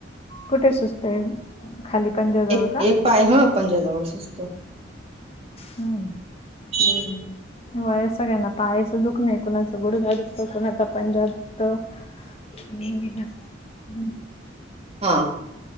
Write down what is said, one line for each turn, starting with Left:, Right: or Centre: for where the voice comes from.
Left: कुठे सुजतोय? खाली पंजाजवळ
Right: एक
Left: का?
Right: एक पाय ह पंजाजवळ सुजतो
Left: हम्.
Right: हम्म.
Left: वयसं सगळ्यांना पायाचं दुःख नाही कुणाच- गुडगा दुखतं कुणाचा पंजा दुखतं, एक मिनिट हां-
Right: हा